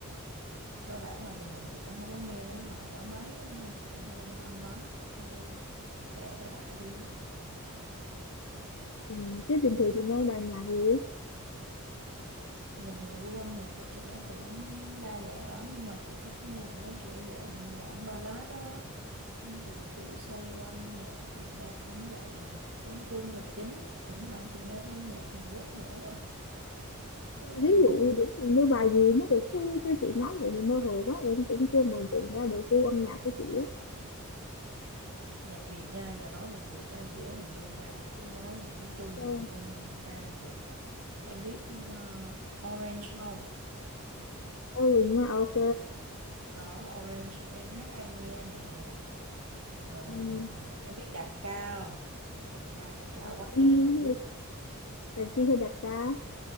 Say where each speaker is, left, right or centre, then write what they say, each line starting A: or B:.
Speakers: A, on the right; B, on the left.
A: cơ bản là bình thường chị cũng không có nghe mấy cái bài đó mấy á, nên chị cũng không quan tâm lắm thôi kệ đại đại đi
B: ừ, chứ bình thường chị nghe bài nhạc gì
A: bình thường gu âm nhạc của chị nó cũng đa dạng lắm nhưng mà chị thích nghe những cái kiểu dạng bản ballad đó Nên thì chị xoay quanh nhạc Việt Nam với lại nhạc tiếng Trung là chính thỉnh thoảng chị nghe thêm nhạc Hàn Quốc nữa chứ
B: ví
A: bình
B: dụ điển hình như bài gì mới được chứ chứ chị nói vậy thì mơ hồ quá em cũng chưa mường tượng ra được gu âm nhạc của chị á
A: nhạc Việt nha giờ nói nhạc Việt cho em dễ hình dung nha chứ nói nhạc tiếng Trung
B: Ok,
A: nhiều khi em không ra được Em biết ờ, Orange không?
B: thôi mình ok
A: Đó, Orange em hát ai nghe nè. Rồi
B: ừ,
A: ờ, em biết Đạt Ca không? Đạt Ca chắc lạ
B: đặt
A: quắc
B: chi
A: em đâu biết.
B: hay đặt chi hay đặt ca